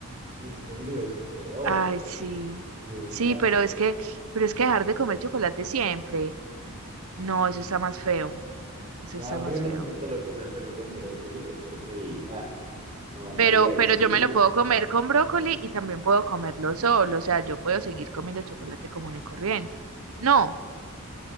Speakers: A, on the right; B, on the right.
A: En serio, qué feo.
B: Ay, sí.
A: Ay, guacala.
B: Sí, pero es que, pero es que dejar de comer chocolate siempre. No, eso está más feo. Eso
A: Ya,
B: está más
A: pero imagínatelo
B: feo.
A: comértelo con brócoli, qué porquería. No,
B: Pero,
A: María, y
B: pero
A: sí.
B: yo me lo puedo comer con brócoli y también puedo comerlo solo. O sea, yo puedo seguir comiendo chocolate común y corriente. No,